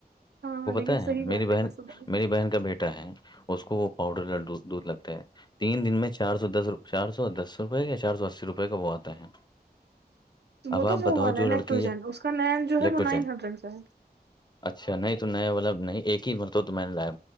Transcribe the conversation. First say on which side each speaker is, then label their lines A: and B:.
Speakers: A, on the right; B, on the left.
A: ہاں لیکن
B: ہیں
A: صحیح بات
B: میری بہن
A: ہے کسم سے
B: میری بہن کا بیٹا ہے اس کو وہ پاؤڈر دودھ لگتا ہے تین دن میں چار سو دس روپئے چار سو دس روپئے کایا چار سو اسی روپئے کا وہ آتا ہے
A: وہ
B: اب آپ
A: تو موب
B: بتاؤ
A: والا
B: جو
A: ہے الیکٹروجن
B: لڑکی
A: اس کا نین جو
B: الیکٹروچن
A: ہے وہ نائن ہنڈریڈ کا ہے
B: اچھا نہیں تو نیا والا نہیں ایک ہی مرتبہ تو میں نے لایا